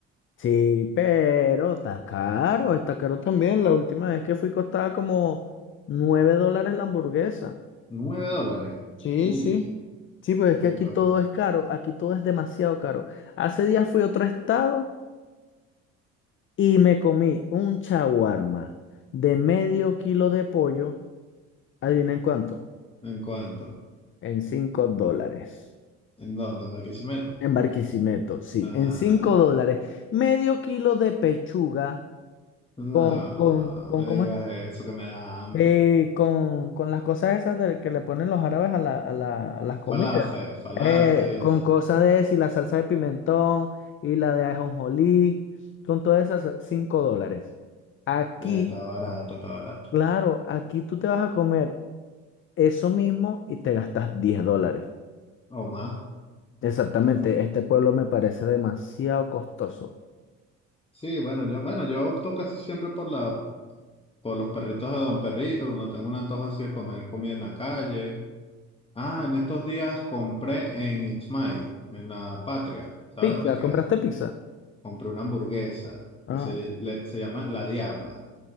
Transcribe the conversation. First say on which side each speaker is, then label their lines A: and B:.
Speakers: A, on the left; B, on the left.
A: Sí, pero está caro, está caro también. La última vez que fui costaba como 9 dólares la hamburguesa.
B: Nueve dólares.
A: Sí,
B: Uy,
A: sí. Sí, pero es
B: uy,
A: que aquí
B: papi.
A: todo es caro, aquí todo es demasiado caro. Hace días fui a otro estado. Y me comí un chaguarma de medio kilo de pollo. ¿Adivina en cuánto?
B: ¿En cuánto?
A: En 5 dólares.
B: ¿En dónde? ¿Marquisimeto?
A: En Barquisimeto, sí,
B: Ah,
A: en 5 dólares. Medio kilo de pechuga
B: no,
A: con, con, con,
B: me digas
A: ¿cómo es?
B: eso que me da hambre.
A: Eh, con, con las cosas esas de, que le ponen los árabes a, la, a, la- a las comidas.
B: Falafel, falafel,
A: Eh,
B: y eso.
A: con cosas de si la salsa de pimentón y la de ajonjolí, con todas esas, 5 dólares. Aquí,
B: Y está barato, está barato.
A: claro, aquí tú te vas a comer Eso mismo y te gastas 10 dólares.
B: O más.
A: Exactamente, este pueblo me parece demasiado costoso.
B: Sí, bueno, yo, bueno, yo opto casi siempre por la, por los perritos de Don Perrito, cuando tengo un antojo así de comer comida en la calle. Ah, en estos días compré en Itzmay, en la Patria. ¿Sabes
A: Pizza,
B: dónde queda?
A: ¿compraste pizza?
B: Compré una hamburguesa
A: Ah,
B: que se, le- se llama La Diabla.